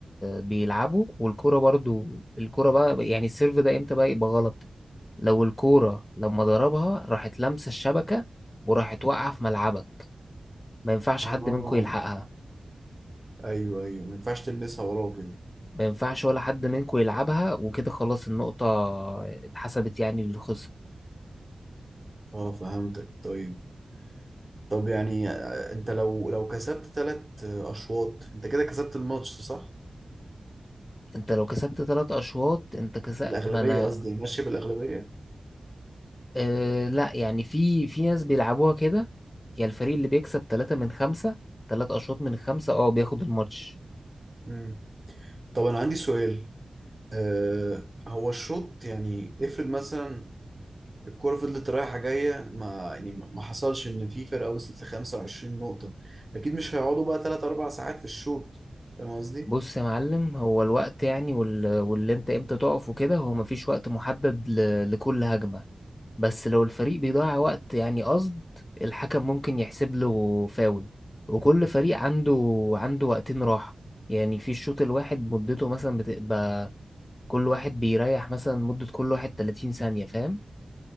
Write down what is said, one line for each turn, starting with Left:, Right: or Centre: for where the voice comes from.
Left: بيلعبوا والكرة برضو الكرة بقى يعني السيرف ده امتى بقى يبقى غلط لو الكرة لما ضربها راحت لمسة الشبكة وراحت واقعة في ملعبك ما ينفعش
Right: آه
Left: حد منكم يلحقها
Right: أيوه أيوه ما ينفعش تلمسها وراه كده
Left: ما ينفعش ولا حد منكم يلعبها وكده خلاص النقطة اتحسبت يعني للخصم
Right: آه فهمتك طيب طب يعني آه، انت لو لو كسبت ثلاث اشواط انت كده كسبت الماتش صح؟
Left: انت لو كسبت تلات اشواط انت كسبت
Right: الاغلبيه
Left: ما انا
Right: تمام قصدي ماشيه بالاغلبيه
Left: أه لا يعني في في ناس بيلعبوها كده يا الفريق اللي بيكسب تلاتة من خمسة تلات أشواط من خمسة اه بياخد الماتش
Right: امم طب انا عندي سؤال آه هو الشوط يعني افرض مثلا الكرة فضلت رايحة جاية ما يعني ما حصلش إن في فرقة وصلت ل 25 نقطة أكيد مش هيقعدوا بقى تلات أربع ساعات في الشوط فاهم قصدي؟
Left: بص يا معلم هو الوقت يعني وال... واللي انت امتى تقف وكده هو مفيش وقت محدد ل... لكل هجمة بس لو الفريق بيضيع وقت يعني قصد الحكم ممكن يحسب له فاول وكل فريق عنده عنده وقتين راحة يعني في الشوط الواحد مدته مثلا بتبقى كل واحد بيريح مثلا مدة كل واحد 30 ثانية فاهم